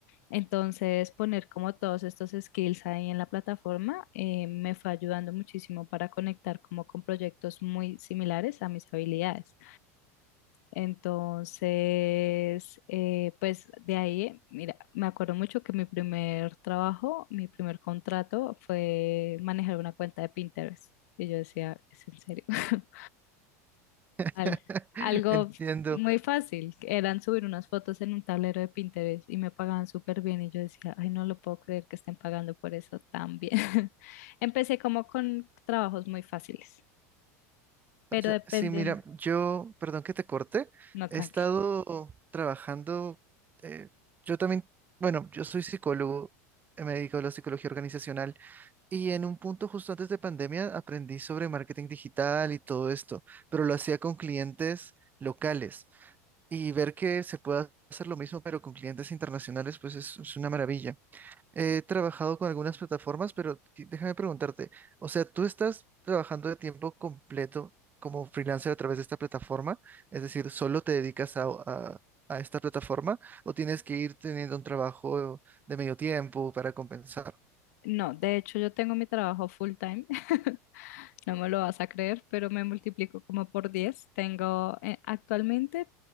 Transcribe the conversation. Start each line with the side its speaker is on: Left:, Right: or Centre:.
Left: Entonces, poner como todos estos skills ahí en la plataforma eh, me fue ayudando muchísimo para conectar como con proyectos muy similares a mis habilidades. Entonces, eh, pues de ahí, mira, me acuerdo mucho que mi primer trabajo, mi primer contrato fue manejar una cuenta de Pinterest. Y yo decía, ¿es en serio? <laughs>
Right: <laughs>
Left: Al- algo
Right: Entiendo.
Left: muy fácil, que eran subir unas fotos en un tablero de Pinterest y me pagaban súper bien. Y yo decía, ay, no lo puedo creer que estén pagando por eso tan bien. <laughs> Empecé como con trabajos muy fáciles, pero
Right: O sea,
Left: dependiendo,
Right: sí, mira, yo, perdón que te corte,
Left: no, tranquilo.
Right: he estado trabajando, eh, yo también, bueno, yo soy psicólogo, eh, me dedico a la psicología organizacional y en un punto justo antes de pandemia aprendí sobre marketing digital y todo esto, pero lo hacía con clientes locales y ver que se puede hacer lo mismo pero con clientes internacionales, pues es es una maravilla. He trabajado con algunas plataformas, pero qui- déjame preguntarte, o sea, ¿tú estás trabajando de tiempo completo como freelancer a través de esta plataforma? Es decir, ¿solo te dedicas a, a- a esta plataforma o tienes que ir teniendo un trabajo de medio tiempo para compensar?
Left: No, de hecho yo tengo mi trabajo full time, <laughs> no me lo vas a creer, pero me multiplico como por 10. Tengo, eh, actualmente